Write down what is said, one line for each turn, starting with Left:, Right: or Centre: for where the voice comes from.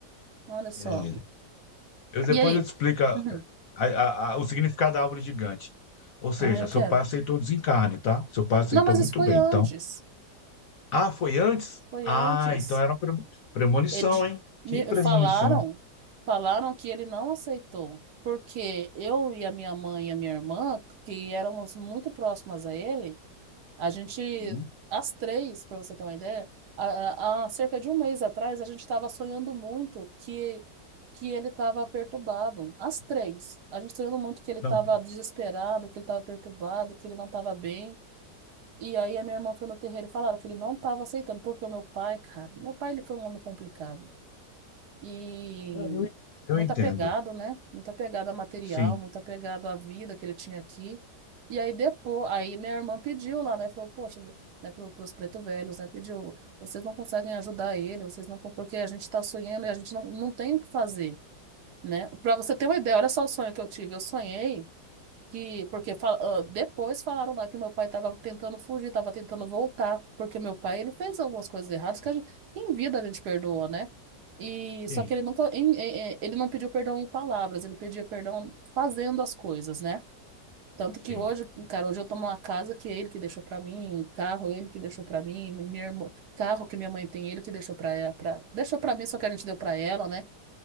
Right: Olha só.
Left: É. Eu, depois
Right: E aí?
Left: eu te explico a-
Right: Uhum.
Left: a- a- o significado da árvore gigante. Ou seja,
Right: Ah, eu
Left: seu
Right: quero.
Left: pai aceitou o desencarne, tá? Seu pai aceitou
Right: Não, mas
Left: muito
Right: isso foi
Left: bem.
Right: antes.
Left: Então, ah, foi antes?
Right: Foi
Left: Ah,
Right: antes.
Left: então era uma premo- premonição,
Right: Edi-
Left: hein?
Right: me-
Left: Que premonição.
Right: Falaram, falaram que ele não aceitou. Porque eu e a minha mãe e a minha irmã, que éramos muito próximas a ele, A gente,
Left: Uhum.
Right: as três, para você ter uma ideia, há, há há cerca de um mês atrás, a gente estava sonhando muito que, que ele estava perturbado. As três. A gente sonhando muito que ele
Left: Não,
Right: estava
Left: não.
Right: desesperado, que ele estava perturbado, que ele não estava bem. E aí a minha irmã foi no terreiro e falaram que ele não estava aceitando, porque o meu pai, cara, meu pai ele foi um homem complicado e
Left: Eu, eu
Right: muito
Left: entendo.
Right: apegado, né? Muito apegado a material,
Left: Sim,
Right: muito apegado à vida que ele tinha aqui. E aí depois, aí minha irmã pediu lá, né? Falou, poxa, vo- né, para os preto velhos, né? Pediu, vocês não conseguem ajudar ele, vocês não, con- porque a gente está sonhando e a gente não, não tem o que fazer, né? Para você ter uma ideia, olha só o sonho que eu tive. Eu sonhei que porque fala- ah, depois falaram lá que meu pai estava tentando fugir, estava tentando voltar, porque meu pai ele fez algumas coisas erradas que a gente, em vida a gente perdoou, né? E só
Left: sim,
Right: que ele nunca em- em- em- ele não pediu perdão em palavras, ele pedia perdão fazendo as coisas, né? Tanto
Left: sim.
Right: que hoje, cara, hoje eu tomo uma casa que é ele que deixou pra mim, carro ele que deixou pra mim, minha irmã, carro que minha mãe tem ele que deixou pra ela, pra, deixou pra mim, só que a gente deu pra ela, né?